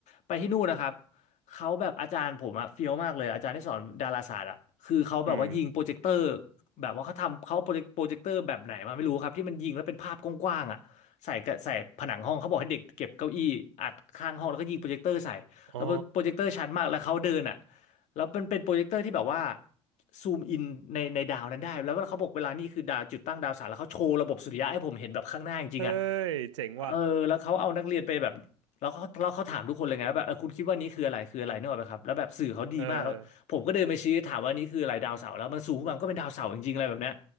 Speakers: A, on the left (about 50°); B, on the right (about 75°).
A: ไปที่นู่นนะครับ เขาแบบอาจารย์ผมอะเฟี้ยวมากเลยอาจารย์ที่สอนดาราศาสตร์อะคือเขาแบบว่ายิงโปรเจคเตอร์
B: <laughs> อืม
A: แบบว่าเขาทำเขาโปรเจคโปรเจคเตอร์แบบไหนมาไม่รู้ครับที่มันยิงแล้วเป็นภาพกว้างๆอะใส่กะใส่ผนังห้องเขาบอกให้เด็กเก็บเก้าอี้อัดข้างห้องแล้วก็ยิงโปรเจคเตอร์ใส่แล้วโปรเจคเตอร์ชัดมากแล้วเขาเดินอะ
B: อ๋อ
A: แล้วมันเป็นโปรเจคเตอร์ที่แบบว่าซูมอินในในดาวนั้นได้แล้วเขาบอกเวลานี่คือดาวจุดตั้งดาวเสาร์แล้วเขาโชว์ระบบสุริยะให้ผมเห็นแบบข้างหน้าจริงๆอะ
B: เฮ้ย เจ๋งว่ะ
A: เออแล้วเขาเอานักเรียนไปแบบ แล้วเขาแล้วเขาถามทุกคนเลยไงว่าแบบเออคุณคิดว่านี้คืออะไรคืออะไรนึกออกไหมครับแล้วแบบสื่อเขาดีมากผมก็เดินไปชี้ถามว่านี่คืออะไรดาวเสาร์แล้วมันสูงขึ้นมามันก็เป็นดาวเสาร์จริงๆอะไรแบบเนี้ย
B: เออ